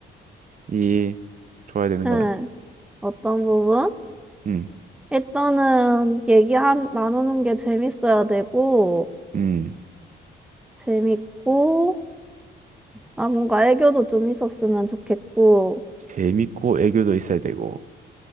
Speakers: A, on the right (about 40°); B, in the centre.
A: 부분이 좋아야 되는
B: 응,
A: 거야?
B: 어떤 부분?
A: 음,
B: 일단은 얘기한 나누는 게 재밌어야 되고
A: 음,
B: 재밌고 아 뭔가 애교도 좀 있었으면 좋겠고
A: 재밌고 애교도 있어야 되고,